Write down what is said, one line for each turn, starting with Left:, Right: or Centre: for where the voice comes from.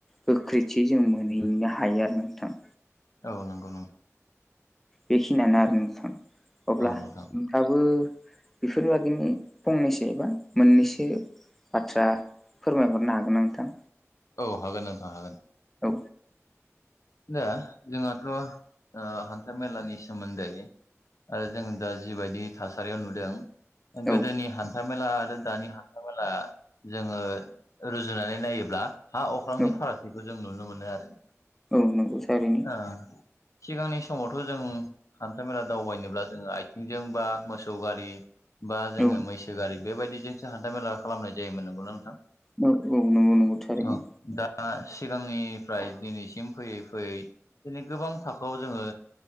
Centre: गोख्रैथि जों मोनहैनो हायो आरो नोंथां
Left: औ नंगौ नों
Centre: बेखिनियानो आरो नोंथां अब्ला
Left: औ नोंथां
Centre: नोंथाङाबो बेफोरबायदिनो फंनैसो एबा मोननैसो बाथ्रा फोरमायहरनो हागोन ना नोंथां
Left: औ हागोन नोंथां हागोन
Centre: औ
Left: दा जोंहाथ' ओ हान्था मेलानि सोमोन्दै ओ जों दा जिबायदि थासारियाव नुदों
Centre: औ
Left: गोदोनि हा थामेला आरो दानि हानथा मेला जोङो रुजुनानै नायोब्ला हा अख्रांनि
Centre: औ
Left: फारागथिखौ जों नुनो मोनो आरो
Centre: औ नंगौ थारैनो
Left: ओ सिगांनि समावथ' जों हान्था मेला दावबायनोब्ला जोङो आइथिंजों बा मोसौ गारि बा जोङो
Centre: औ
Left: मैसो गारि बेबायदिजोंसो हान्था मेला खालामनाय जायोमोन नंगौना नोंथां
Centre: औ औ नंगौ नंगौ थारैनो
Left: औ दा सिगांनिफ्राय दिनैसिम फैयै फैयै दिनै गोबां थाखोआव जोङो